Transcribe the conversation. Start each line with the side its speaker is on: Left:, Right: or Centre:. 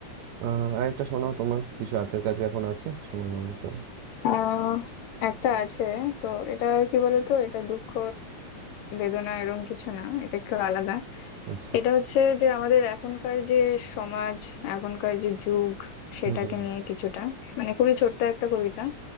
Right: আহ আরেকটা শোনাও তোমার কিছু হাতের কাছে এখন আছে শোনানোর মতো
Left: আহ একটা আছে তো এটা কি বলতো এটা দুঃখ বেদনা এরকম কিছু না এটা একটু আলাদা
Right: আচ্ছা
Left: এটা হচ্ছে যে আমাদের এখনকার যে সমাজ এখনকার যে যুগ সেটাকে
Right: হুম
Left: নিয়ে কিছুটা মানে খুবই ছোট্ট একটা কবিতা